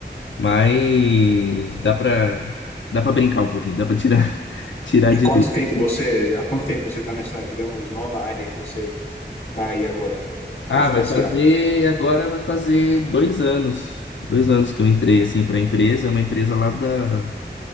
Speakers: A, on the left; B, on the left.
A: Mas dá pra, dá pra brincar um pouquinho, dá pra tirar, <laughs> tirar
B: E
A: de
B: quanto
A: letra.
B: tempo você, há quanto tempo você está nessa, digamos, nova área que você está aí agora,
A: Ah,
B: aeroespacial?
A: vai fazer, agora vai fazer dois anos. Dois anos que eu entrei, assim, pra empresa, é uma empresa lá da,